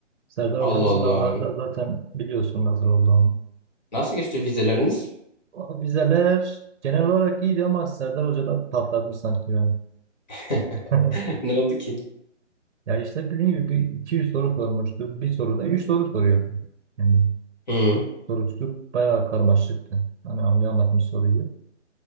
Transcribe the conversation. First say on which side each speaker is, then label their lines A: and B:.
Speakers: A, on the right; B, on the left.
A: Serdar
B: Allah
A: Hoca'nın sınavları
B: Allah.
A: da zaten biliyorsun nasıl olduğunu.
B: Nasıl geçti vizeleriniz?
A: O vizeler genel olarak iyiydi ama Serdar Hoca'da patladım sanki ben.
B: <laughs>
A: <laughs>
B: Ne oldu ki?
A: Ya işte bildiğim gibi bir- 200 soru sormuştu. Bir soruda 3 soru soruyor. Yani
B: Hı.
A: sorusu bayağı karmaşıktı. Hani anlayamadım soruyu.